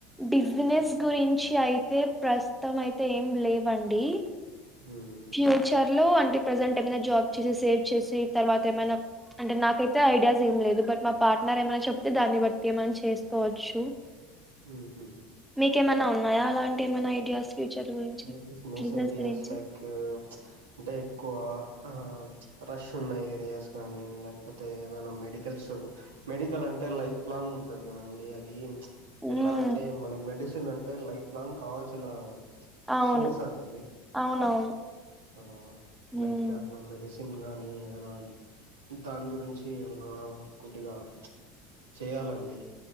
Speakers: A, in the centre; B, on the right.
A: బిజినెస్ గురించి అయితే ప్రస్తుతం అయితే ఏం లేవండి
B: ఉమ్
A: ఫ్యూచర్ లో అంటే ప్రజెంట్ ఏమైనా జాబ్ చేసి సేవ్ చేసి తర్వాత ఏమైనా అంటే నాకైతే ఐడియాస్ ఏం లేదు బట్ మా పార్ట్నర్ ఏమైన్నా చెప్తే దాన్ని బట్టి ఏమన్న చేసుకోవచ్చు
B: ఉమ్ హు
A: మీకేమన్నా ఉన్నాయా అలాంటి ఏమైనా ఐడియాస్ ఫ్యూచర్ గురించి
B: ఉమ్ బిజినస్
A: బిజినెస్
B: ఐడియాస్
A: గురించి
B: లైక్ అంటే ఎక్కువ ఆ రష్ ఉన్న ఏరియాస్ కానీ లేకపోతే ఏదన్న మె మెడికల్ స్టోర్ మెడికల్ అంటే లైఫ్ లాంగ్ ఉంటంది కదండి అది
A: ఉమ్
B: ఎట్లా అంటే మనకు మెడిసిన్ అంటే లైఫ్ లాంగ్ కావాల్సిన
A: అవును
B: సోర్స్ అది
A: అవునవును
B: ఆ లైక్
A: ఉమ్
B: అట్లా మెడిసి సిన్ గానీ ఏమన దాని గురించి ఏమనా కొద్దిగా చేయాలండి